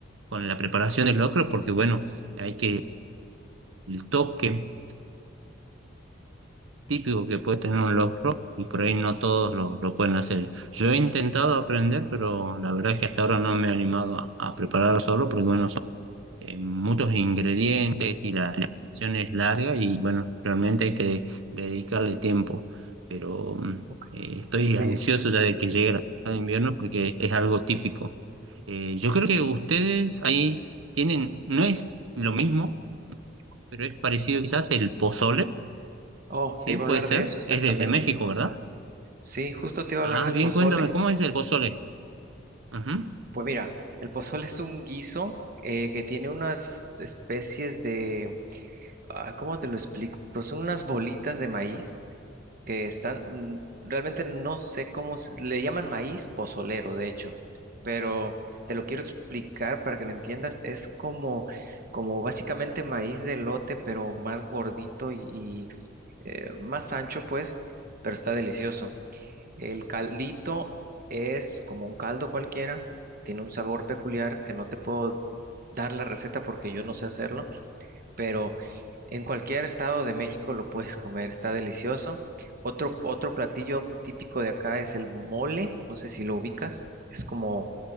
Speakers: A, on the right; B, on the right.
A: con la preparación del locro, porque bueno, hay que el toque típico que puede tener un locro y por ahí no todos lo, lo pueden hacer. Yo he intentado aprender, pero la verdad es que hasta ahora no me he animado a, a preparar solo porque bueno, son eh, muchos ingredientes y la, la preparación es larga y bueno, realmente hay que dedicarle tiempo, pero mm,
B: ok.
A: eh, estoy
B: Oye,
A: ansioso ya de que llegue la temporada de invierno porque es algo típico. Eh, yo creo que ustedes ahí tienen, no es lo mismo, pero es parecido quizás el pozole,
B: oh,
A: ¿sí?
B: te iba
A: Puede
B: a hablar
A: ser,
B: de eso, exactamente.
A: es de, de México, ¿verdad?
B: Sí, justo te iba
A: Ah,
B: a hablar del
A: bien,
B: pozole.
A: cuéntame, ¿cómo es el pozole? Ajá.
B: Pues mira, el pozole es un guiso eh, que tiene unas especies de, ah, ¿cómo te lo explico? Pues Son unas bolitas de maíz que están, mm, realmente no sé cómo, se- le llaman maíz pozolero, de hecho, pero te lo quiero explicar para que lo entiendas. Es como, como básicamente maíz de lote pero más gordito y, y, eh, más ancho, pues, pero está delicioso. El caldito es como un caldo cualquiera, tiene un sabor peculiar que no te puedo dar la receta porque yo no sé hacerlo pero en cualquier estado de México lo puedes comer, está delicioso. Otro, otro platillo típico de acá es el mole, no sé si lo ubicas, es como,